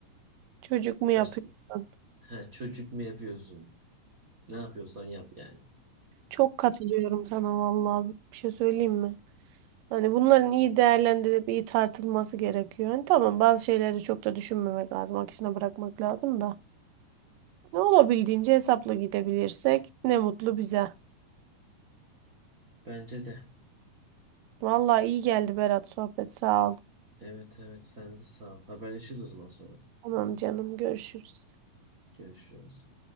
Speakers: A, on the right; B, on the right.
A: çocuk mu yapıyorsun?
B: Başka, ha, çocuk mu yapıyorsun? Ne yapıyorsan yap yani.
A: Çok katılıyorum sana vallahi bir şey söyleyeyim mi? Hani bunların iyi değerlendirilip iyi tartılması gerekiyor. Hani tamam bazı şeyleri çok da düşünmemek lazım. Akışına bırakmak lazım da. Ne olabildiğince hesapla gidebilirsek ne mutlu bize.
B: Bence de.
A: Vallahi iyi geldi Berat sohbet. Sağ ol.
B: Evet evet sen de sağ ol. Haberleşiriz o zaman sonra.
A: Tamam canım görüşürüz.
B: Görüşürüz.